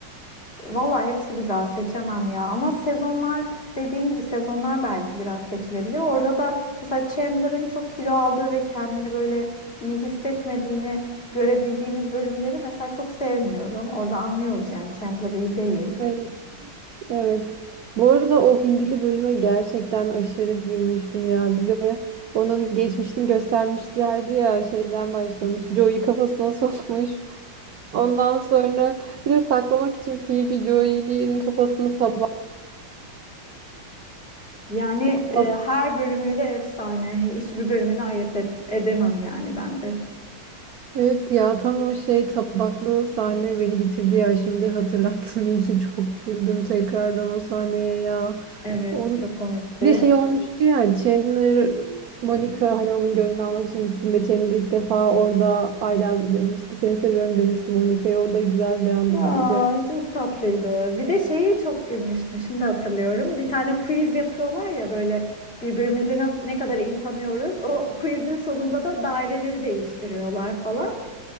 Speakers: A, on the left; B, on the right.
A: Valla hepsi güzel seçemem ya. Ama sezonlar dediğin gibi sezonlar belki biraz seçilebilir. Orada da mesela Chandler'ın çok kilo aldığı ve kendini böyle iyi hissetmediğini görebildiğimiz bölümleri mesela çok sevmiyorum. Orada anlıyoruz yani Chandler iyi değil.
B: evet evet. Bu arada o Hindili bölüme gerçekten aşırı gülmüştüm ya. Bir de onun geçmişini göstermişlerdi ya şeyden başlamış. Joey kafasına <laughs> sokmuş. Ondan sonra bir de saklamak için Phoebe Joy'nin kafasını tabak...
A: Yani e,
B: tab-
A: her bölümüyle efsane. Hiçbir bölümünü ayırt et- edemem yani ben de.
B: Evet ya tam o şey tabaklı sahne beni bitirdi ya şimdi hatırlattın <laughs> iyi ki çok güldüm tekrardan o sahneye ya.
A: Evet,
B: On...
A: çok komikti.
B: Bir de şey olmuştu ya Chandler Monica hani onun gönlünü almak için gittiğinde Chandler ilk defa orada I love you demişti. Seni seviyorum demişti Monica'ya. O da güzel bir andı
A: Aa,
B: bence.
A: çok tatlıydı. Bir de şeyi çok gülmüştüm. Şimdi hatırlıyorum. Bir tane quiz yapıyorlar ya böyle birbirimizi nasıl ne kadar iyi tanıyoruz. O quizin sonunda da daireleri değiştiriyorlar falan.